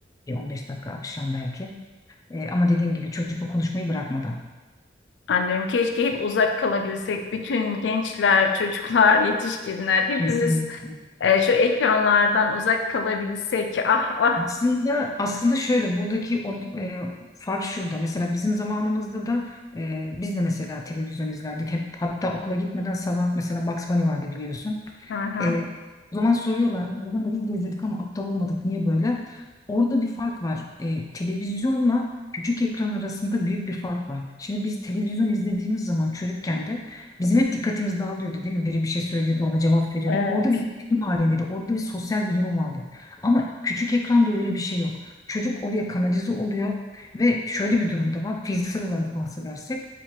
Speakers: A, on the left; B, on the left.
A: bir 15 dakika akşam belki. Ee, ama dediğim gibi çocukla konuşmayı bırakmadan.
B: Anlıyorum. Keşke hep uzak kalabilsek. Bütün gençler, çocuklar, yetişkinler hepimiz
A: Kesin.
B: e, şu ekranlardan uzak kalabilsek. Ah ah.
A: Aslında aslında şöyle buradaki o e, fark şurada. Mesela bizim zamanımızda da e, biz de mesela televizyon izlerdik. Hep, hatta okula gitmeden sabah mesela Bugs Bunny vardı biliyorsun.
B: Hı hı.
A: E, o zaman soruyorlar, o zaman biz de izledik ama aptal olmadık niye böyle? Orada bir fark var. E, televizyonla küçük ekran arasında büyük bir fark var. Şimdi biz televizyon izlediğimiz zaman çocukken de bizim hep dikkatimiz dağılıyordu değil mi? Biri bir şey söylüyordu, ona cevap veriyorduk.
B: Evet.
A: Orada bir iletişim halindeydi, orada bir sosyal bir durum vardı. Ama küçük ekranda öyle bir şey yok. Çocuk oraya kanalize oluyor ve şöyle bir durumda var. Fiziksel olarak bahsedersek